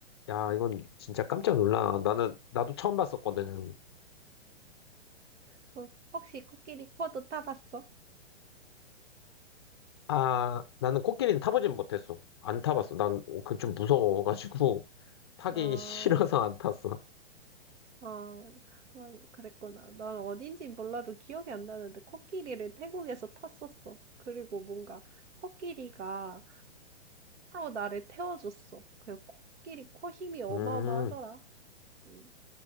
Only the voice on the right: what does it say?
그, 혹시 코끼리 코도 타봤어?
어,
어, 어, 그랬구나. 난 어딘지 몰라도 기억이 안 나는데, 코끼리를 태국에서 탔었어. 그리고 뭔가, 코끼리가, 코로 나를 태워줬어. 그 코끼리 코 힘이 어마어마하더라.
음.